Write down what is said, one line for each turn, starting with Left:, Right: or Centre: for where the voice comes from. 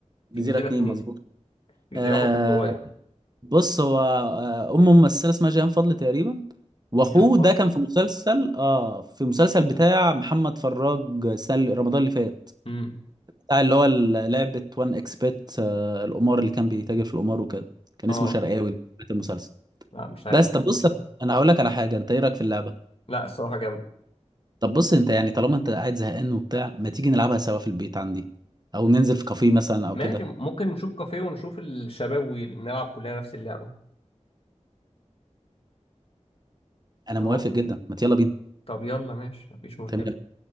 Right: جزيرة
Left: في الجزيره
Right: اتنين
Left: اتنين
Right: مظبوط
Left: في الجزيره
Right: آه
Left: واحد كان صغير
Right: بص هو آه امه ممثلة اسمها جيهان فضل تقريبا واخوه
Left: شيهان فاضل
Right: ده كان في مسلسل اه في مسلسل بتاع محمد فراج السنة رمضان اللي فات
Left: امم
Right: بتاع اللي هو ال- لعبة وان اكسبت آه القمار اللي كان بيتاجر في القمار وكده كان
Left: اه
Right: اسمه شرقاوي بتاع المسلسل
Left: لا مش عارف
Right: بس طب
Left: الحوار
Right: بص
Left: ده
Right: انا هقول لك على حاجه انت ايه رايك في اللعبه
Left: لا الصراحه جامد
Right: طب بص انت يعني طالما انت قاعد زهقان وبتاع ما تيجي نلعبها سوا في البيت عندي او ننزل في كافيه مثلا او
Left: ماشي
Right: كده
Left: ممكن نشوف كافيه ونشوف الشباب ونلعب كلنا نفس اللعبه
Right: انا
Left: هو
Right: موافق جدا ما يلا بينا
Left: طب يلا ماشي مفيش مشكلة
Right: تمام